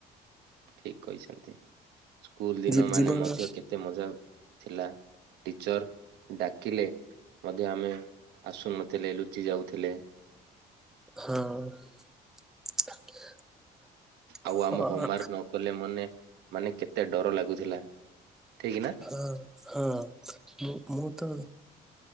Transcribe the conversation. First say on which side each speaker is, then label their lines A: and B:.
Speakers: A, on the right; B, in the centre.
A: ଠିକ୍ କହିଛନ୍ତି ସ୍କୁଲ୍ ଦିନ
B: ଜୀ ଜୀବନର
A: ମାନେ ମଧ୍ୟ କେତେ ମଜା ଥିଲା। ଟିଚର୍ ଡାକିଲେ ମଧ୍ୟ ଆମେ ଆସୁନଥିଲେ ଲୁଚି ଯାଉଥିଲେ
B: ହଁ।
A: ଆଉ
B: ହଁ
A: ଆମ ହୋମୱାର୍କ ନକଲେ ମନେ ମାନେ କେତେ ଡର ଲାଗୁଥିଲା। ଠିକ ନା
B: ହଁ ହଁ ମୁଁ ମୁଁ ତ